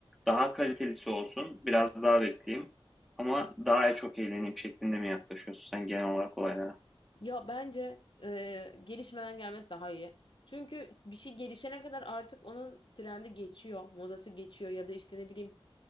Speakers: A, in the centre; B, on the left.
A: daha kalitelisi olsun, biraz daha bekleyeyim ama daha çok eğleneyim şeklinde mi yaklaşıyorsun sen genel olarak olaylara?
B: Ya bence e, gelişmeden gelmesi daha iyi. Çünkü bir şey gelişene kadar artık onun trendi geçiyor, modası geçiyor ya da işte ne bileyim